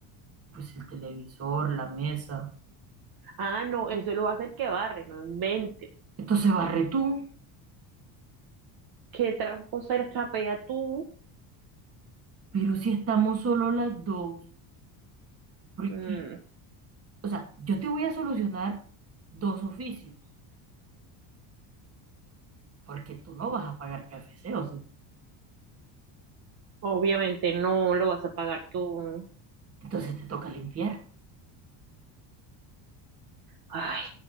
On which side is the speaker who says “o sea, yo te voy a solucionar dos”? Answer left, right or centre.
Right